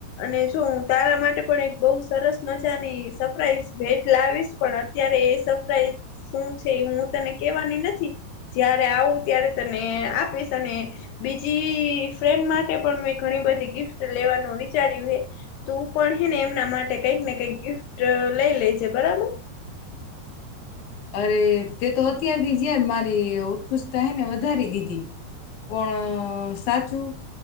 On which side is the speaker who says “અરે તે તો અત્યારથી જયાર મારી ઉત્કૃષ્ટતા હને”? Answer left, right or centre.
Left